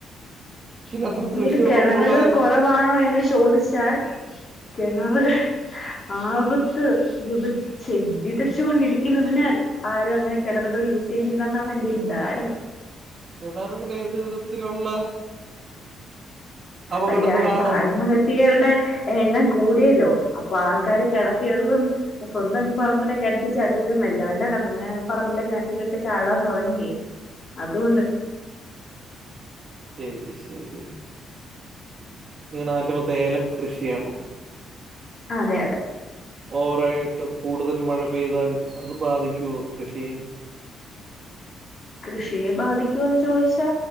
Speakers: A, on the left; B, on the right.
A: ഇടുക്കിയിൽ
B: അത്ര കൃഷിയുള്ളപ്പോൾ
A: കിണറുകൾ
B: ആ
A: കുറവാണോ എന്ന് ചോദിച്ചാൽ കെണറുകൾ ആപത്ത് വിതച്ച് വിതച്ചുകൊണ്ടിരിക്കുന്നതിനാൽ ആരും അങ്ങനെ കെണറുകൾ- ഇപ്പ യൂസ് ചെയ്യുന്നില്ല എന്നാണ് എന്റെ ഒരു ധാരണ
B: കിണറുകൾ ഏതു വിധത്തിലുള്ള അപകടങ്ങളാണ്
A: അല്ല ഇപ്പൊ ആത്മഹത്യകളുടെ എണ്ണം കൂടിയല്ലോ അപ്പൊ ആൾക്കാര് കിണറ്റികള്ളും സ്വന്തം പറമ്പിലെ കെണറ്റി ചാടുന്നതിലും വല്ലോന്റെ കെ പറമ്പിലെ കെണറ്റിലൊക്കെ ചാടാൻ തുടങ്ങി അതുകൊണ്ട്
B: ശരി ശരി നിങ്ങട നാട്ടീ മൊത്തം ഏലം കൃഷിയാണോ
A: അതെയതെ
B: ഓവറായിട്ട് കൂടുതൽ മഴ പെയ്താൽ അത് ബാധിക്കുവോ കൃഷിയെ
A: കൃഷിയെ ബാധിക്കുവോന്ന് ചോയിച്ചാ